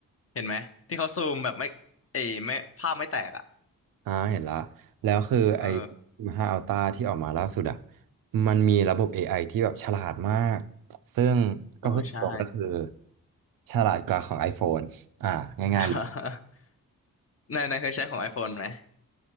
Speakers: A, on the left; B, on the right.
A: เห็นไหมที่เขาซูมแบบไม่เอยไม่ภาพไม่แตกอ่ะ
B: อ่าเห็นละแล้วคือไอ้
A: เออ
B: 1า Ultra ที่ออกมาล่าสุดอ่ะมันมีระบบ AI ที่แบบฉลาดมากซึ่งก็พูดตรงก็คือ
A: เออใช่
B: ฉลาดกว่าของ iPhone อ่าง่ายๆเลย
A: <laughs> นายนายเคยใช้ของ iPhone ไหม